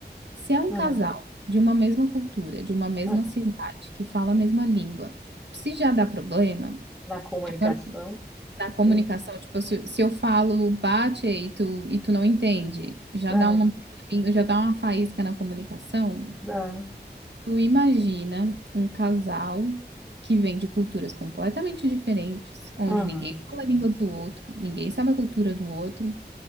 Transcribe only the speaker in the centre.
Aham,
aham.
Na comunicação,
sim.
Aham,
dá.
Aham,